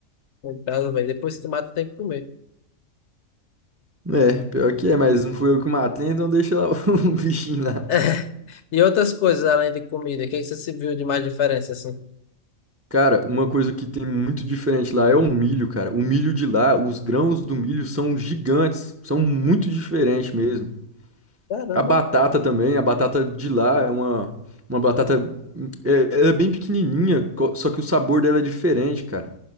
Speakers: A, on the left; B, on the right.
A: Coitado, velho. Depois que tu mata, tem que comer.
B: É, pior que é, mas não fui eu que matei, então deixa lá <laughs> o bichinho lá.
A: <laughs> E outras coisas além de comida, o que é que você se viu de mais diferença assim?
B: Cara, uma coisa que tem muito diferente lá é o milho, cara. O milho de lá, os grãos do milho são gigantes, são muito diferentes mesmo.
A: Caramba.
B: A batata também, a batata de lá é uma, uma batata. É, ela é bem pequenininha, co- só que o sabor dela é diferente, cara.